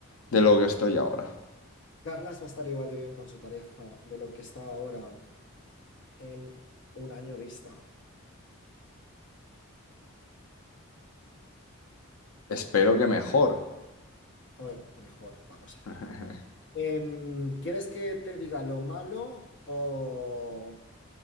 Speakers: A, on the left (about 80°); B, on the left (about 55°).
A: de
B: vale.
A: lo que estoy ahora.
B: Carlas va a estar igual de bien con su pareja de lo que está ahora en un año vista.
A: Espero que mejor.
B: O mejor, vamos a
A: <laughs>
B: ver. Em, ¿quieres que te diga lo malo o,